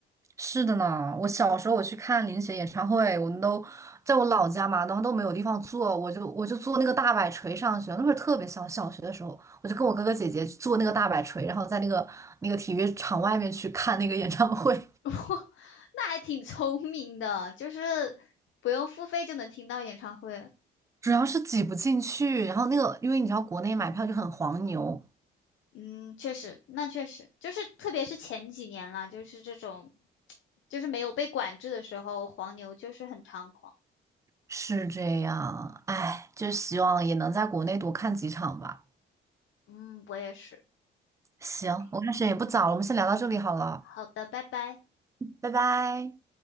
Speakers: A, on the right; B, on the left.
A: 是的呢，我小时候我去看林雪演唱会，我们都在我老家嘛，然后都没有地方坐，我就我就坐那个大摆锤上学。那会儿特别小，小学的时候，我就跟我哥哥姐姐坐那个大摆锤，然后在那个那个体育场外面去看那个演唱会，
B: <laughs> 那还挺聪明的，就是不用付费就能听到演唱会。
A: <laughs> 主要是挤不进去。然后那个，因为你知道国内买票就很黄牛，
B: 嗯，确实，那确实就是特别是前几年啦，就是这种就是没有被管制的时候，黄牛就是很猖狂。
A: 是这样。哎，就希望也能在国内多看几场吧。
B: 嗯，我也是。
A: 行，
B: OK。
A: 我看时间也不早了，我们先聊到这里好了，
B: 好的，拜拜。
A: 拜拜。